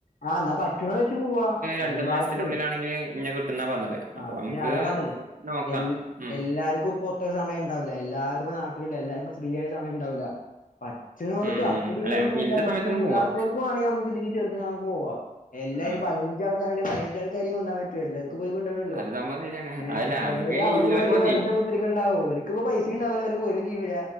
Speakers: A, on the left; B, on the right.
A: ആ എന്ന പറ്റ്യോരായിട്ട് പോവാ
B: രണ്ട്
A: എല്ലാർക്കെ
B: മാസത്തിനുള്ളിലാണെങ്കിൽ ഇന്നെ കിട്ടുന്നാ പറഞ്ഞത്
A: ആ
B: അപ്പൊ നമുക്ക്
A: പിന്നെ അത് അതാണേ
B: നോക്കാം
A: എൽ
B: ഉം
A: എല്ലാർക്കും ഇപ്പൊ ഒത്ത സമയം ഉണ്ടാവില്ല എല്ലാര് ഇപ്പോ നാട്ടിലില്ല എല്ലാർക്കും ഫ്രീ ആയ സമയം ഉണ്ടാവുല്ല പറ്റണോർക്ക്
B: ഉം
A: അത്രേം
B: ഉം അല്ല നമുക്ക്
A: എന്താ
B: ഇല്ല
A: പ്രശ്നല്ലാത്തോർക്ക്
B: സമയത്തന്നെ പോവാ
A: വേണെങ്കിൽ നമുക്ക് ഇതിക്ക് ചേർത്ത് നമുക്ക് പോവാം എല്ലാരും
B: ആ
A: പതിനഞ്ച് ആൾക്കാര്ണ്ടേൽ പതിനഞ്ചാൾക്കാരേം കൊണ്ടാവാൻ പറ്റോ എല്ലാവർക്കുപ്പൊ ഒയിവ് ഉണ്ടാവില്ലല്ലോ
B: അത് സംഭവം ശരിയാണ്
A: ഏ
B: അതല്ല
A: ചിലര്
B: നമുക്ക്
A: അവിടേം
B: ഇല്ലോല്
A: ഇവിടേം
B: മതി
A: വെറുതെ കുത്തിരിക്കനുണ്ടാവും ഓർക്കിപ്പോ പൈസ ഇണ്ടാവീലാ ഒര് പോരും ചെയ്യൂല